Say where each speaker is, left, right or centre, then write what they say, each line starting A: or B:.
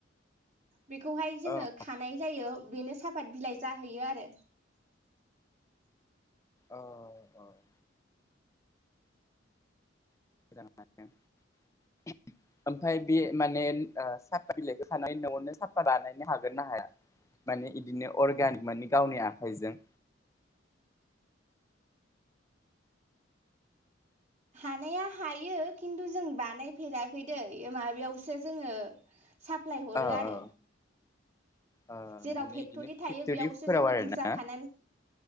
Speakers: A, on the right; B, on the left.
A: बेखौहाय जोङो
B: ओं
A: खानाय जायो बेनो साफात बिलाइ जाहैयो आरो।
B: औ औ। <inaudible> <unintelligible> ओमफाय बे माने ओ सापाट बिलाइखौ खानानै न'आवनो सापात बानायनो हागोन ना हाया माने इदिनो अर्गानिक मानि गावनि आखाइजों?
A: हानाया हायो खिन्थु जों बानायफेराखै दैे माबायावसो जोङो। साप्लाय हरो
B: औ
A: आरो।
B: औ ओ
A: जेराव
B: माने
A: फेक्ट'रि
B: इदिनो
A: थायो
B: फेक्ट'रिफोराव
A: बेयावसो जोङो
B: आरोना
A: बुरजा खानानै